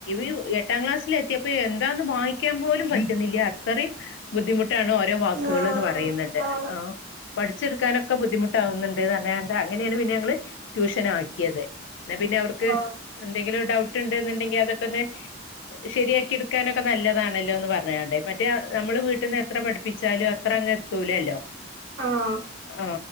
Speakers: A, on the left; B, on the right.
A: ഇ എട്ടാം ക്ലാസ്സിൽ എത്തിയപ്പോ താന്ന് വായിക്കാൻ പോലും പറ്റുന്നില്ല അത്രയും ബുദ്ധിമുട്ട് ട്ടാണ് ഓരോ വാക്കുകള്ന്ന്
B: ആ
A: പറയ്ന്ന്ണ്ട്
B: ആണ്
A: ആ പഠിച്ച ക്കാനൊക്കെ ബുദ്ധിമുട്ടാവുന്നുണ്ട് പറഞ്ഞ്ങ്ങാണ്ട് അങ്ങനെയാണ് പിന്നെ ഞങ്ങള് ട്യൂഷൻ ആക്കിയത് എന്ന പിന്നെ അവർക്ക്
B: ആ
A: എന്തെങ്കിലും ഡൗട്ട് ഉണ്ട എന്നുണ്ടെങ്കിൽ അതൊക്കെന്ന് ശരിയാക്കിട് നൊക്കെ നല്ലതാണല്ലോന്ന് പറഞ്ഞ്ങ്ങാണ്ട് മറ്റേ നമ്മള് വീട്ടിൽ നിന്ന് എത്ര പഠിപ്പിച്ചാലും അത്ര അങ്ങ് എത്തൂലല്ലോ
B: ആ
A: ആ